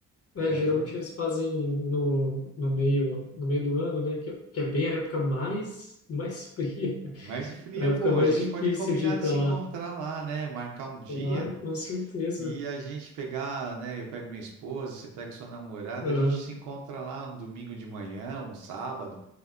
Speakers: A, on the left; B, on the right.
A: né,
B: É,
A: geralmente
B: pro...
A: eles fazem no, no meio, no meio do ano, né? Que, que é bem a época mais, mais fria,
B: Mas fria,
A: a época
B: pô,
A: mais
B: a gente
A: difícil
B: pode combinar
A: de ir para
B: de se
A: lá.
B: encontrar lá, né? Marcar um dia.
A: Claro, com certeza.
B: E a gente pegar, né? Eu pego minha esposa, você pega sua namorada,
A: Uhum.
B: a gente se encontra lá um domingo de manhã, um sábado,